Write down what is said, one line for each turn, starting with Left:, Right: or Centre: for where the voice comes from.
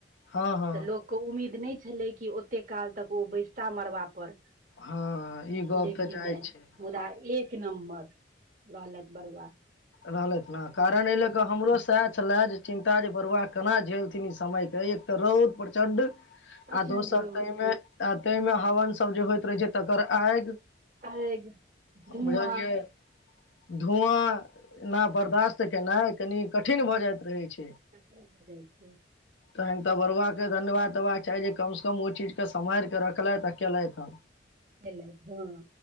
Left: हँ हँ
Right: तऽ लोकके उम्मीद नहि छलै कि ओ कते काल तक ओ बैसता मरबा पर
Left: हँ ई गप
Right: लेकिन
Left: तऽ जाइ छै
Right: मुदा एक नम्बर लहलत बरुआ
Left: रहलथि ने कारण एहि लऽ
Right: हँ,
Left: कऽ हमरो सा छले जे चिन्ता जे बरुआ केना झेलथिन ई समयके एक तऽ रौद प्रचं्ड
Right: प्रचंड
Left: आ दोसर
Right: रौद
Left: तहिमे तहिमे हवन सब जे होइत रहै छै तकर आगि
Right: आर धुआँ
Left: बुझलियै धुआँ ना बर्दाश्त केनाइ कनि कठिन भऽ जाइत रहैत छै
Right: क ब जा छै
Left: तहन तऽ बरुआके धन्यवाद तऽवाद चाही जे कम से कम ओ चीज के सम्हार कऽ रखलथि आ केलथि हँ
Right: भेल हँ